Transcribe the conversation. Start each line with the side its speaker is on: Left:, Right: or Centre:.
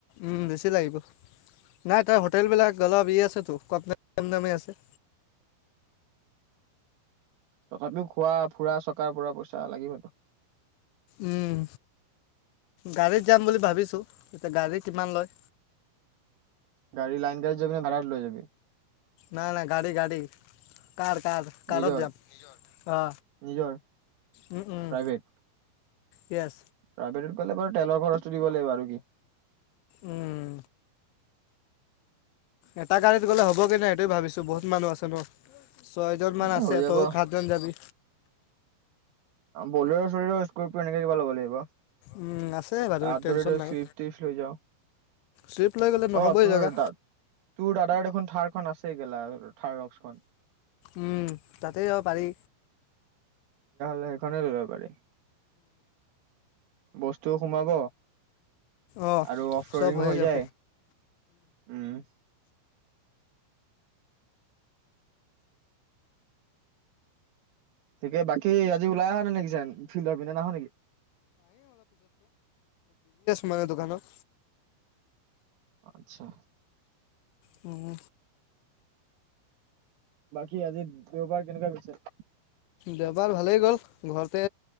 Left: উম বেছি লাগিব নাই তাৰ হোটেল বিলাক গলা বি আছে আপাক কেম নামে আছে।
Right: তথাপিও খোৱা ফুৰা চকাৰ পৰা পইচা লাগিবতো
Left: উম গাড়ীত যাম বুলি ভাবিছো এতিয়া গাড়ী কিমান লয়
Right: গাড়ী লাইন গাড়ীত যাবি নে ভাড়াত লৈ যাবি
Left: নাই নাই গাড়ী গাড়ী কাৰ কাৰ কাৰত
Right: নিজৰ
Left: যাম অ
Right: নিজৰ
Left: উম উম
Right: প্ৰাইভেট
Left: ইয়েছ
Right: প্ৰাইভেটত গলে বাৰু তেলৰ খৰচটো দিব লাগিব আৰু কি
Left: উম এটা গাড়ীত গ'লে হ'ব গে নে সেইটোৱে ভাবিছো বহুত মানুহ আছে ন ছয় জন মান
Right: এ
Left: আছে
Right: হৈ যাব
Left: তইও হাতজন যাবি
Right: বলেৰ ছলেৰো স্কোৰপিও এনেকে কিবা ল'ব লাগিব
Left: উম আছে বাৰু
Right: ত <unintelligible>
Left: টেনশ্যন নাই
Right: চুইফ টুইফ লৈ যাও
Left: ট্ৰিপ লৈ গ'লে নহ'বই
Right: অ তোৰ
Left: জেগা
Right: তোৰ দাদাৰ দেখোন থাৰ খন আছেই গেলা থাৰ ৰক্সখন
Left: উম তাতে যাব পাৰি
Right: লে এইখনে লৈ যাব পাৰি বস্তু ও সোমাব
Left: অঁ
Right: আৰু অফ
Left: চব
Right: ৰডিং
Left: হৈয়ে
Right: ও হৈ
Left: যাব
Right: যায় উম তাকে বাকী আজি ওলাই অহ নে নেকি যেন ফিল্ডৰ পিনে নাহ নেকি
Left: মায়ে দোকানত
Right: আচ্ছা
Left: হম
Right: বাকী আজি দেওবাৰ কেনেকুৱা গৈছে
Left: দেওবাৰ ভালেই গ'ল ঘৰতে